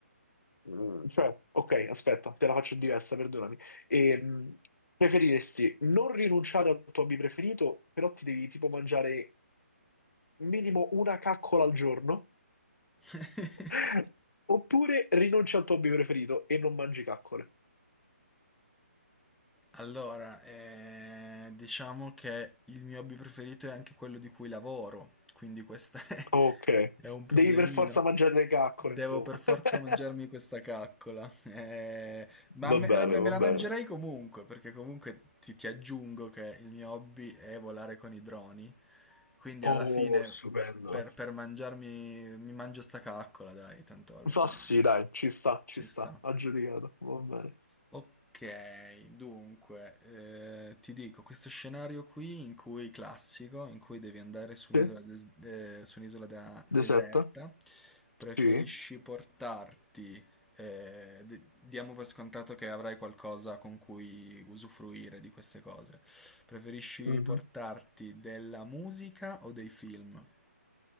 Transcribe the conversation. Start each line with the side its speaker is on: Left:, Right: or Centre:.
Left: mm, cioè, ok, aspetta, te la faccio diversa, perdonami. Ehm, preferiresti non rinunciare al tuo hobby preferito, però ti devi tipo mangiare minimo una caccola al giorno?
Centre: <laughs>
Left: <laughs> Oppure rinunci al tuo hobby preferito e non mangi caccole?
Centre: Allora, eh, diciamo che il mio hobby preferito è anche quello di cui lavoro, quindi questo <laughs> è,
Left: Ok,
Centre: è un problemino.
Left: devi per forza mangiare le caccole,
Centre: Devo
Left: insomma.
Centre: per forza
Left: <laughs>
Centre: mangiarmi questa caccola. Eh, ma
Left: Va
Centre: me, me
Left: bene,
Centre: la, me
Left: va
Centre: la mangerei
Left: bene.
Centre: comunque, perché comunque ti, ti aggiungo che il mio hobby è volare con i droni, quindi
Left: Oh,
Centre: alla fine
Left: stupendo.
Centre: per, per mangiarmi, mi mangio sta caccola, dai, tanto alla fine
Left: Ma sì, dai, ci sta, ci
Centre: ci
Left: sta,
Centre: sta.
Left: aggiudicato, va bene.
Centre: Ok, dunque, eh, ti dico, questo scenario qui in cui classico, in cui devi andare su un'isola
Left: Sì?
Centre: des- eh, su un'isola da- deserta,
Left: Deserta?
Centre: preferisci
Left: Sì.
Centre: portarti eh, d- diamo per scontato che avrai qualcosa con cui usufruire di queste cose. Preferisci
Left: Mhm.
Centre: portarti della musica o dei film?